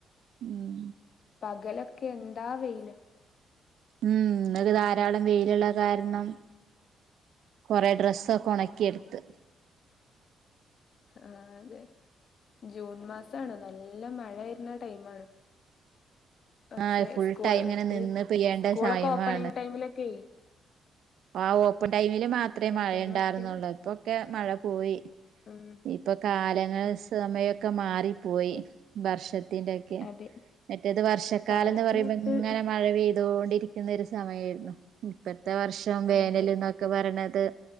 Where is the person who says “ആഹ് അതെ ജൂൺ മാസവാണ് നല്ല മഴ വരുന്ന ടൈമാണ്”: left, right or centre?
Left